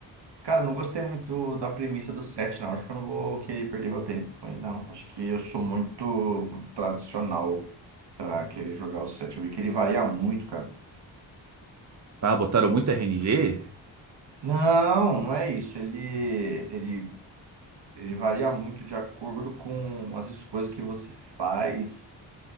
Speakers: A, on the right; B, on the right.
A: Cara, eu não gostei muito da premissa do set, não. Acho que eu não vou querer perder meu tempo. Mas não, acho que eu sou muito, muito tradicional para querer jogar o set. Eu vi que ele varia muito, cara.
B: Ah, botaram muito RNG?
A: Não, não é isso. Ele, ele, ele varia muito de acordo com as escolhas que você faz